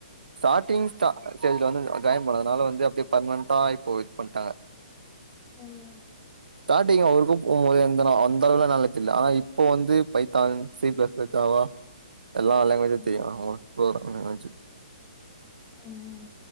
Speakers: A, on the right (about 80°); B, on the left (about 20°).
A: ஸ்டார்டிங் ஸ்டா ஸ்டேஞ்ள வந்து ஜாய்ன் பண்ணதுனால வந்து அப்டியே பர்மனன்டா இப்போ பண்டாங்க
B: ம்
A: ஸ்டார்டிங் அவருக்கு போபோது எந்த அந்த அளவுல நாளேஜ் இல்ல ஆனா இப்போ வந்து Python C plus plus Java எல்லா லாங்குவேசும்
B: ம்
A: தெரியு உ போற எச்காச்சு
B: உம்